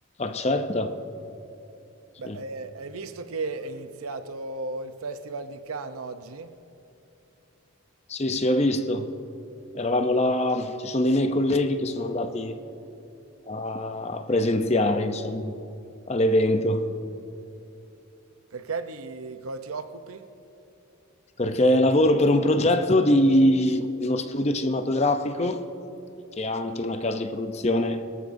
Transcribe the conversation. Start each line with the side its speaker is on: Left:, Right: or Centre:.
Left: Accetta. Sì.
Right: Beh, eh, hai visto che è iniziato il Festival di Cannes oggi?
Left: Sì, sì, ho visto. Eravamo là, ci sono dei miei colleghi che sono andati a a presenziare, insomma, all'evento.
Right: Perché di cosa ti occupi?
Left: perché lavoro per un progetto di uno studio cinematografico che ha anche una casa di produzione